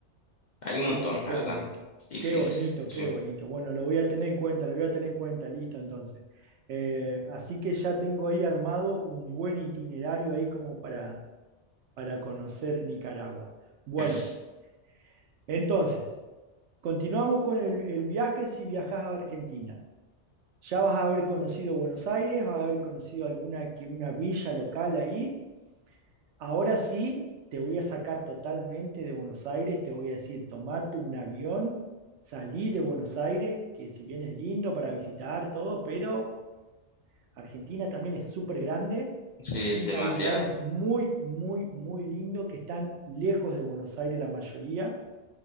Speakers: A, on the left; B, on the right.
A: Hay un
B: Uh,
A: montón, la
B: qué
A: verdad.
B: bonito,
A: Y
B: qué
A: sí,
B: bonito,
A: sí, sí,
B: qué bonito. Bueno, lo voy a tener en cuenta, lo voy a tener en cuenta, listo entonces. Eh, así que ya tengo ahí armado un buen itinerario ahí como para, para conocer Nicaragua. Bueno,
A: es,
B: entonces, continuamos con el, el viaje si viajas a Argentina. Ya vas a haber conocido Buenos Aires, vas a haber conocido alguna que una villa local ahí Ahora sí, te voy a sacar totalmente de Buenos Aires, te voy a decir, tomate un avión, salí de Buenos Aires, que si bien es lindo para visitar todo, pero Argentina también es súper grande
A: sí,
B: y
A: es demasiado.
B: hay lugares muy, muy, muy lindos que están lejos de Buenos Aires la mayoría.